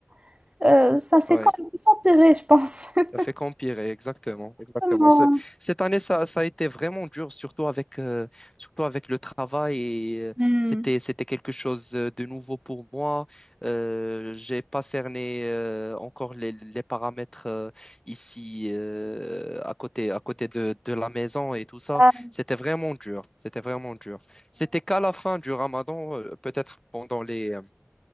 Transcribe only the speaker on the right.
non, euh, ça fait
quand même s'empirer, je pense. <laughs>
Vraiment.
Hmm.
Ah,